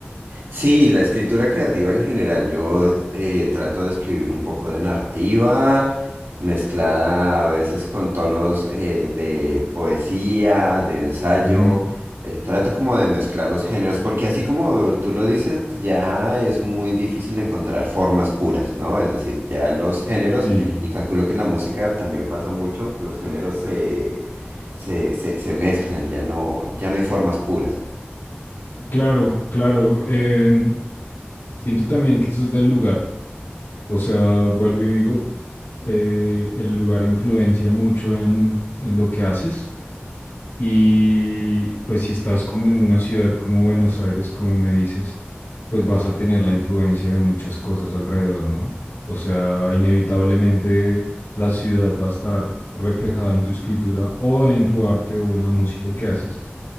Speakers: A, on the right; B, on the left.
A: Sí, la escritura creativa en general. Yo eh, trato de escribir un poco de narrativa, mezclada a veces con tonos eh, de poesía, de ensayo.
B: Ujú.
A: Eh, trato como de mezclar los géneros, porque así como tú lo dices, ya es muy difícil encontrar formas puras, ¿no? Es decir, ya los géneros,
B: Sí,
A: y calculo que en la música también pasa mucho, los géneros se, se, se, se mezclan, ya no, ya no hay formas puras.
B: claro, claro. em, siento también que eso es del lugar, o sea, vuelvo y digo, eh, el lugar influencia mucho en, en lo que haces. Y pues si estás como en una ciudad como Buenos Aires, como me dices, pues vas a tener la influencia de muchas cosas alrededor, ¿no? O sea, inevitablemente la ciudad va a estar reflejada en tu escritura o en tu arte o en la música que haces.